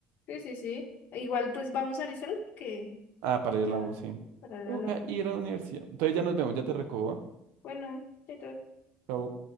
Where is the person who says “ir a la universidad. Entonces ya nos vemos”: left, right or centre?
Right